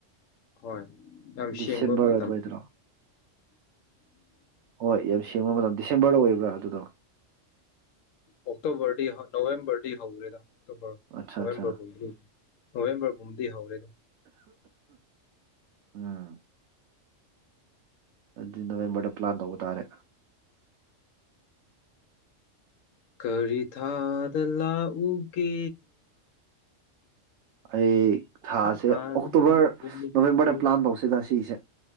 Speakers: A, on the left; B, on the right.
A: ꯍꯣꯏ ꯌꯥꯝ
B: ꯗꯤꯁꯦꯝꯕꯔ
A: ꯁꯦꯡꯕ ꯃꯇꯝ
B: ꯑꯗꯨꯋꯥꯏꯗꯔꯣ ꯍꯣꯏ ꯌꯥꯝ ꯁꯦꯡꯕ ꯃꯇꯝ ꯗꯤꯁꯦꯝꯕꯔꯗ ꯑꯣꯏꯕ ꯭ꯔ ꯑꯗꯨꯗꯣ
A: ꯑꯣꯛꯇꯣꯕꯔꯗꯤ ꯅꯕꯦꯝꯕꯔꯗꯤ ꯍꯧꯧꯔꯦꯗ ꯑꯣꯛꯇꯣꯕꯔ
B: ꯑꯠꯆꯥ
A: ꯅꯣꯕꯦꯝꯕꯔꯕꯨꯣ
B: ꯑꯠꯆꯥ
A: ꯍꯕꯔꯣ ꯎꯝꯗꯤ ꯍꯧꯔꯦ ꯑꯗꯨꯝ
B: ꯎꯝ ꯖꯤ ꯅꯕꯦꯝꯕꯔꯗ ꯄ꯭ꯂꯥꯟ ꯇꯧꯕ ꯇꯥꯔꯦ
A: ꯀꯔꯤ ꯊꯥꯗ ꯂꯥꯛ ꯎꯒꯦ
B: ꯑꯩ ꯊꯥꯁꯦ
A: ꯊꯥꯗ
B: ꯑꯣꯛꯇꯣꯕꯔ
A: ꯂꯥꯛꯎꯒꯦ
B: ꯅꯣꯕꯦꯝꯕꯔꯗ ꯄ꯭ꯂꯥꯟ ꯇꯧꯁꯤꯦꯗ ꯁꯤꯁꯦ